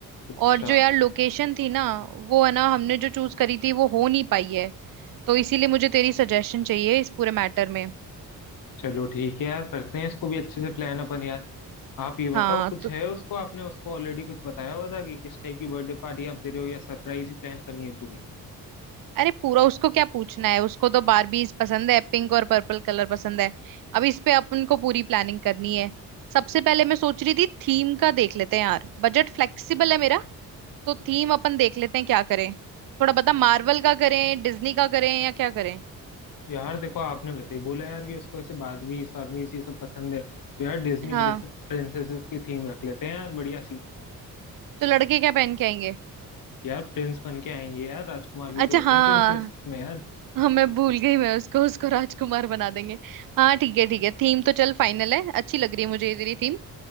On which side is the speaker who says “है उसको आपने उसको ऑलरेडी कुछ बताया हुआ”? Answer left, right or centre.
Left